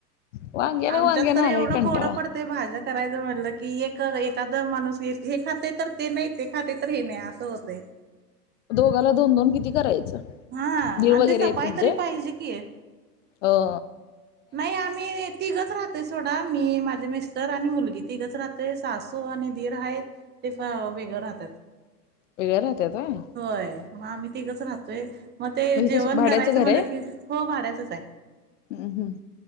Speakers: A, on the left; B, on the right.
A: वांग्याने
B: आमच्यात
A: वांग्याने
B: तर
A: आलाय
B: एवढं
A: कंटाळा.
B: कोडं पड. ते भाज्या करायचं म्हटलं की एक एखाद माणूस येस. हे खातय तर ते नाही ते खातय तर हे नाही असं होतं.
A: दोघाला दोन दोन किती करायचं
B: हा
A: देव
B: आणि
A: वगैरे
B: ते सफाई
A: आहेत तुमचे
B: तरी पाहिजे की
A: हो.
B: नाही आम्ही तिघच राहतोय सोडा मी माझे मिस्टर आणि मुलगी तिघच राहतोय सासू आणि दिर हायत. ते फा वेगळं राहत्यात.
A: वेगळ राहत्यात होय.
B: होय म आम्ही तिघच राहतोय म ते
A: मग इथं
B: जेवण
A: भाड्याचं
B: करायचं
A: घर
B: म्हटलं की हो भाड्याचंच आहे.
A: हम् हम्म.